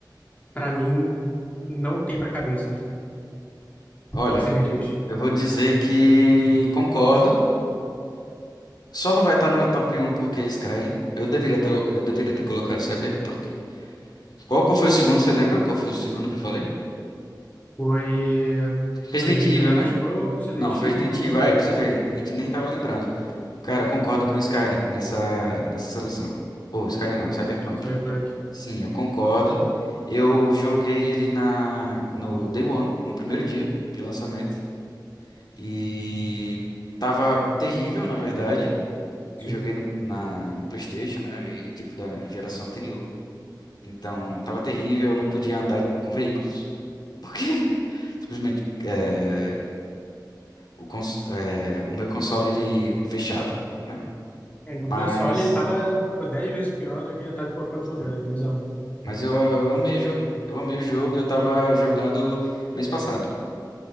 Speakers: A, on the left (about 20°); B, on the left (about 65°).
A: pra mim, não tem pra cabeça, mano.
B: Olha,
A: O que você me diz?
B: eu, eu vou dizer que concordo. Só não vai estar no meu top um porque é Skyrim. Eu deveria ter, eu deveria ter colocado Cyberpunk. Qual, qual foi o segundo, você lembra? Qual foi o segundo que eu falei?
A: Foi,
B: Resident
A: foi
B: Evil,
A: Elder
B: né?
A: Scrolls, Resident
B: Não, foi
A: Evil,
B: Resident Evil. Aí é pra você ver, a gente nem tava lembrando. Cara, eu concordo com o Skyrim nessa, nessa seleção. Ô, Skyrim não, Cyberpunk.
A: Cyberpunk,
B: Sim, eu concordo. Eu joguei ele na, no Day One, no primeiro dia de lançamento. E tava terrível, na verdade.
A: sim.
B: Eu joguei no, na, no PlayStation, né? E tipo da geração anterior. Então tava terrível, eu não podia andar com veículos. Porque <laughs> simplesmente é, o, cons- é, o meu console ele fechava, né?
A: É, No
B: Mas,
A: console ele tava, pô, 10 vezes pior do que ele tava em qualquer outro
B: sim.
A: lugar, é bizarro.
B: mas eu, eu amei o jogo. Eu amei o jogo, eu tava jogando mês passado.